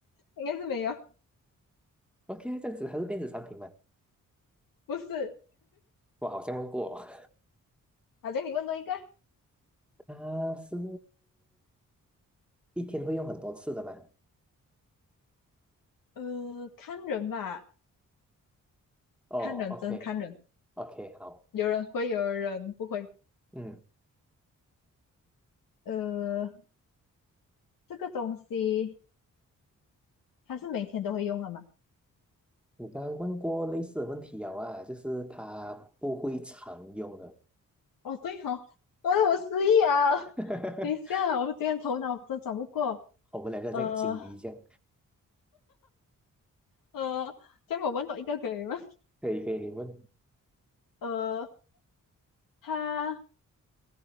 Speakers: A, on the left (about 85°); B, in the centre.
A: 应该是没有，
B: ？OK，这样子还是电子产品嘛？
A: 不是。
B: 我好像问过哦，
A: 好像你问多一个，
B: 它是一天会用很多次的嘛？
A: 呃，看人吧，
B: 哦
A: 看人，真是看人，
B: ，OK，OK，好，
A: 有人会，有人不会。
B: 嗯，
A: 呃，这个东西它是每天都会用的嘛？
B: 你刚刚问过类似的问题有啊，就是它不会常用的，
A: 哦，对哦，哎我有失忆啊。
B: <laughs>
A: 等一下，我今天头脑真转不过。
B: 我们两个在金鱼这样，
A: 呃呃，这样我问到一个可以吗？
B: 可以可以，你问
A: 呃，它